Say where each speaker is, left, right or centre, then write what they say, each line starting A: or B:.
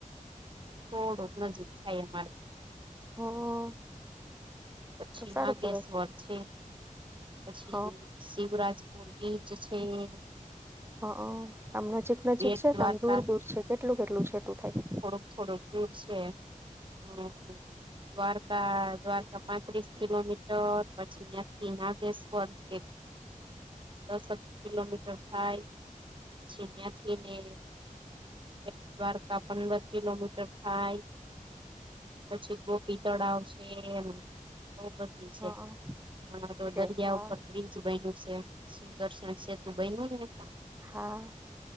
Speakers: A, on the right; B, on the right.
A: થોડુંક નજીક થાય અમારે
B: હ
A: પછી
B: તો સારું
A: નાગેશ્વર
B: કેવાય
A: છે પછી
B: હ
A: દીવરાજપુર બીચ છે એ
B: હ આમ નજીક નજીક
A: બેટ
B: છે
A: દ્વારકા
B: કે આમ દૂર દૂર છે કેટલું કેટલું છેટું થાય?
A: થોડુંક થોડુંક દૂર છે એમ દ્વાર દ્વારકા પાંત્રીસ કિલોમીટર પછી ત્યાંથી નાગેશ્વર છે.
B: <inaudible>
A: દસ જ કિલોમીટર થાય પછી ત્યાથી ને બેટદ્વારકા પંદર કિલોમીટર થાય પછી ગોપી તળાવ છે એમ બધી છે
B: હ હ
A: હમણાં તો
B: છે
A: દરિયા
B: હા
A: ઉપર બ્રિજ બન્યું છે. સુદર્શન સેતુ બન્યું તો
B: હા